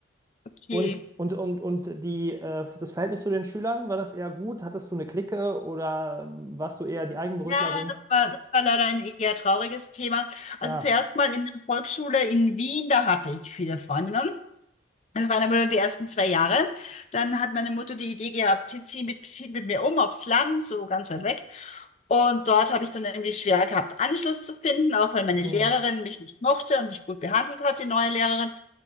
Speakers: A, on the left; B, on the right.
A: Okay.
B: Und, und, und, und die, äh, das Verhältnis zu den Schülern, war das eher gut? Hattest du eine Clique oder ähm, warst du eher die Eigenbrötlerin?
A: Ja, das war, das war leider ein eher trauriges Thema. Also
B: Ah,
A: zuerst mal in der Volksschule in Wien, da hatte ich viele Freundinnen. Das waren aber nur die ersten zwei Jahre. Dann hat meine Mutter die Idee gehabt, sie zieht sie mit, zieht mit mir um aufs Land, so ganz weit weg. Und dort habe ich dann irgendwie schwer gehabt, Anschluss zu finden, auch weil meine Lehrerin
B: mm,
A: mich nicht mochte und nicht gut behandelt hat, die neue Lehrerin.